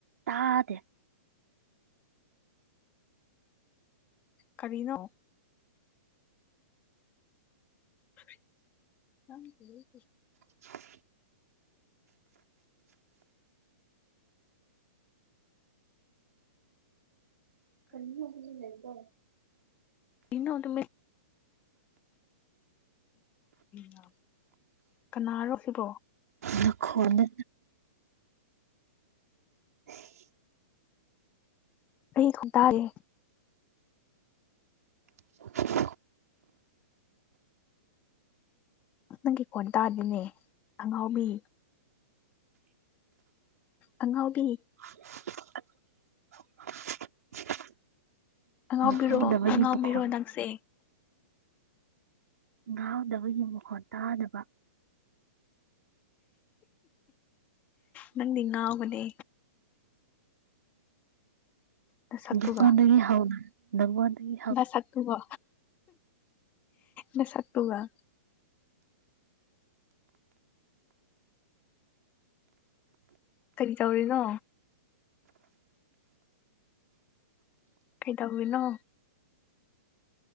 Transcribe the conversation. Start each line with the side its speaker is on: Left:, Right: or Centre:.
Right: ꯇꯥꯗꯦ
Left: ꯀꯔꯤꯅꯣ <unintelligible>
Right: <unintelligible> ꯀꯩꯅ ꯂꯩꯗꯣ
Left: ꯏꯩꯅ ꯑꯗꯨꯝꯃꯥꯏ ꯅꯥ ꯀꯅꯥꯔꯣ ꯁꯤꯕꯣ
Right: ꯅꯈꯣꯟꯗ ꯍꯦ
Left: ꯑꯩ ꯈꯣꯡꯇꯥꯔꯦ
Right: <unintelligible>
Left: ꯅꯪꯒꯤ ꯀꯣꯟ ꯇꯥꯗꯤꯅꯦ ꯑꯉꯥꯎꯕꯤ ꯑꯪꯉꯥꯎꯕꯤ
Right: <unintelligible>
Left: ꯑꯉꯥꯎꯕꯤꯔꯣ
Right: ꯍꯥꯎꯗꯕꯒꯤ
Left: ꯑꯉꯥꯎꯕꯤꯔꯣ
Right: ꯃꯈꯣꯟ
Left: ꯅꯪꯁꯦ
Right: ꯉꯥꯎꯗꯕꯒꯤ ꯃꯈꯣꯟ ꯇꯥꯗꯕ
Left: ꯅꯪꯗꯤ ꯉꯥꯎꯕꯅꯦ ꯅꯁꯛꯇꯨꯒ
Right: ꯗꯨ ꯀꯥꯟꯗꯒꯤ ꯍꯥꯎꯗ ꯅꯥꯉꯣꯟꯗꯒꯤ
Left: ꯃꯁꯛ ꯇꯨꯒꯥ ꯃꯁꯛ ꯇꯨꯒ ꯍꯨꯝ ꯀꯔꯤ ꯇꯧꯔꯤꯅꯣ ꯀꯩꯗꯧꯔꯤꯅꯣ